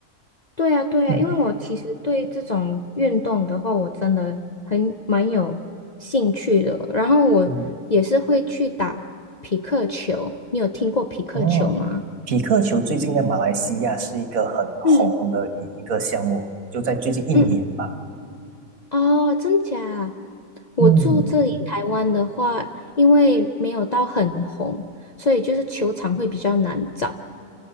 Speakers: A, on the left; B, on the right.
A: 对呀，对呀，
B: 嗯
A: 因为我其实对这种运动的话，我真的很蛮有兴趣的。然后我也是会去打匹克球，
B: 嗯。
A: 你有听过匹克球吗？
B: 哦，匹克球最近在马来西亚是一个很红的一一个项目，
A: 嗯
B: 就在最近一年吧。
A: 嗯嗯，哦，真假？我住这里台湾的话，
B: 嗯
A: 因为没有到很红，所以就是球场会比较难找。